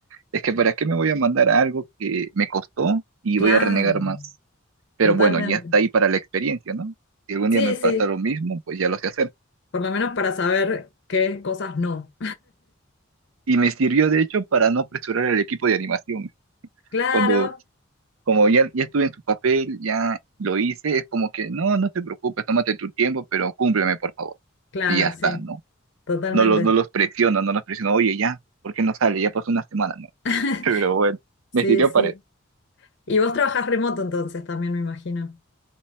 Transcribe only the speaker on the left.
Claro,
totalmente.
Sí,
sí,
por lo menos para saber qué cosas no.
Claro,
claro,
sí,
totalmente.
<laughs>
Sí,
sí.
Y vos trabajás remoto entonces también, me imagino.